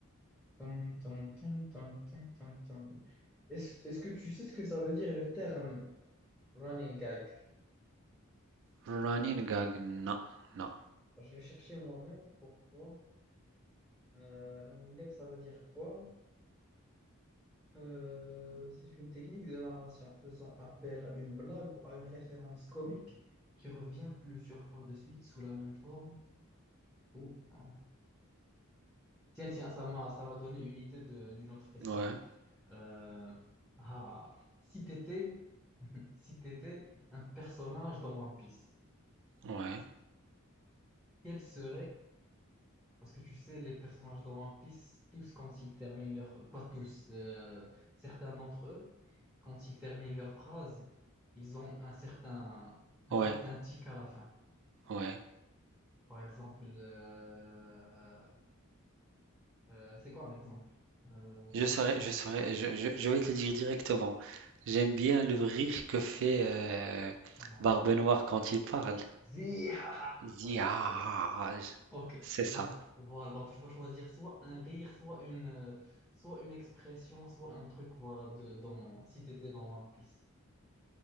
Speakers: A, in the centre; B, on the right (about 60°).
A: Tum, tum, tum, tum, tum, tum. tum. Est-ce, est-ce que tu sais ce que ça veut dire le terme running gag?
B: Running gag, non, non.
A: Je vais chercher moi-même pour pourquoi. running gag, ça veut dire quoi? Euh, c'est une technique de narration faisant appel à une blague ou à une référence comique qui revient plusieurs fois de suite sous la même forme. Ou, euh, Tiens, tiens, ça m'a, ça m'a donné une idée de- d'une autre question.
B: Ouais,
A: Euh, ah, si t'étais, <laughs> si t'étais un personnage dans One Piece,
B: ouais,
A: quel serait Parce que tu sais, les personnages dans One Piece, tous quand ils terminent leur... Pas tous, euh, certains d'entre eux, quand ils terminent leur phrase, ils ont un certain, un
B: ouais,
A: certain tic à la fin.
B: ouais.
A: Par exemple, euh, euh, c'est quoi un exemple? Euh,
B: Je saurais, je saurais, je, je- je vais te le dire directement. J'aime bien le rire que fait euh,
A: voilà.
B: Barbe Noire quand il parle.
A: Zihaha
B: Il
A: Ouais.
B: Ah,
A: Ok.
B: c'est ça.
A: Donc voilà. Donc tu vas choisir soit un rire, soit une, euh, soit une expression, soit un truc. Voilà. De dans si t'étais dans One Piece.